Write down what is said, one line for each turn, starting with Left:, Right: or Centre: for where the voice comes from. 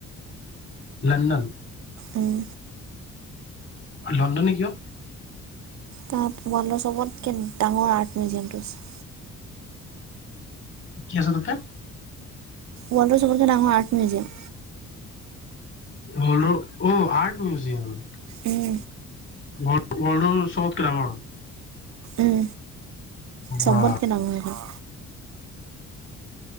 Left: London?
Right: উম।
Left: লণ্ডনে কিয়?
Right: তাত চবতকে ডাঙৰ আৰ্ট মিউজিয়ামটো আছে।
Left: কি আচলতে
Right: ৱৰ্ল্ডৰ চবতকে ডাঙৰ আৰ্ট মিউজিয়াম।
Left: অ ৰহ, অহ আৰ্ট মিউজিয়াম
Right: উম
Left: ৱৰ্ল্ডৰ, ৱৰ্ল্ডৰ চবতকে ডাঙৰ
Right: উম
Left: বা
Right: চবতকে ডাঙৰ